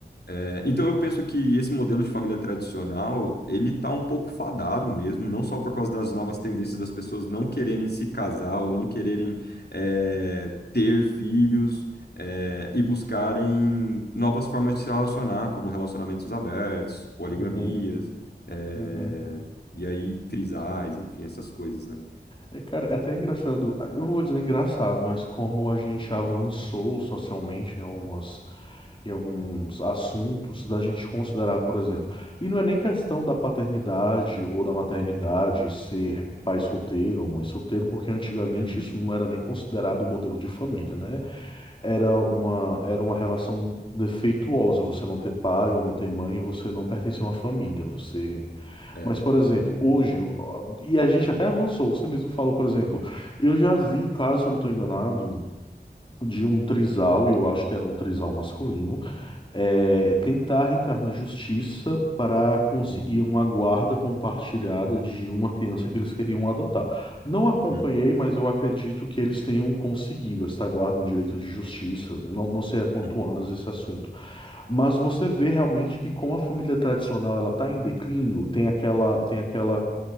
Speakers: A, on the left; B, on the left.
A: é, então eu penso que esse modelo de família tradicional, ele tá um pouco fadado mesmo, não só por causa das novas tendências das pessoas não quererem se casar ou não quererem é, ter filhos é, e buscarem novas formas de se relacionar, como relacionamentos abertos, poligamias,
B: uhum,
A: é,
B: uhum.
A: e aí trisais, enfim, essas coisas, né?
B: É, cara, é até engraçado, ah, eu não vou dizer engraçado, mas como a gente avançou socialmente em algumas, em alguns assuntos, da gente considerar, por exemplo, e não é nem questão da paternidade ou da maternidade ser pai solteiro ou mãe solteiro, porque antigamente
A: Uhum,
B: isso não era nem considerado um modelo de família, né? Era uma, era uma relação defeituosa, você não ter pai ou não ter mãe, você não pertence a uma família, você
A: é.
B: mas, por exemplo, hoje, ó, e a gente até avançou, você mesmo falou, por exemplo, eu já vi, caso eu não estou enganado, de um trisal, e eu acho que era um trisal masculino, é, tentar entrar na justiça para conseguir
A: Uhum,
B: uma guarda compartilhada de uma criança que eles queriam adotar. Não acompanhei,
A: uhum,
B: mas eu acredito que eles tenham conseguido esta guarda, um direito de justiça. Não, não sei a quanto
A: uhum,
B: andas esse assunto. Mas você vê realmente que como a família tradicional ela está em declínio, tem aquela, tem aquela